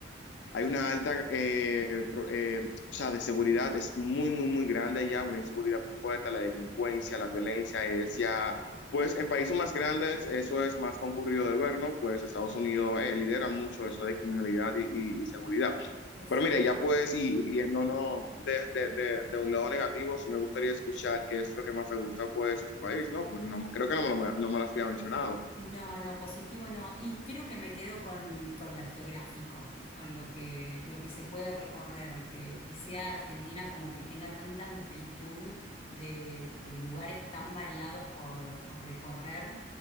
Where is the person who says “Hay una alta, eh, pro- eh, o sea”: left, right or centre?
Left